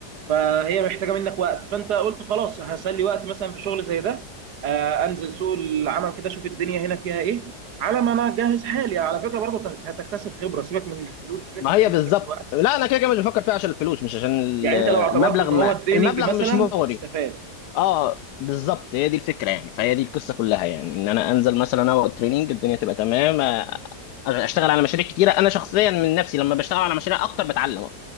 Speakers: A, on the right; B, on the left.
A: فهي محتاجة منك وقت فأنت قلت خلاص هسلي وقت مثلا في شغل زي ده آه أنزل سوق العمل كده أشوف الدنيا هنا فيها إيه على ما أنا أجهز حالي على فكرة برضو هت- هتكتسب خبرة سيبك من الفلوس سيبك
B: ما
A: من
B: هي
A: كل
B: بالظبط
A: ده دلوقتي
B: لا انا كده كده مش بفكر فيها عشان الفلوس مش عشان ال-
A: يعني أنت لو اعتبرته
B: المبلغ
A: إن
B: ما
A: هو تريننج
B: المبلغ
A: مثلا
B: مش مغري
A: هتستفاد
B: اه بالظبط هي دي الفكره يعني فهي دي القصه كلها يعني ان انا انزل مثلا انا والتريننج الدنيا تبقى تمام آه، اشتغل على مشاريع كتيره انا شخصيا من نفسي لما بشتغل على مشاريع اكتر بتعلم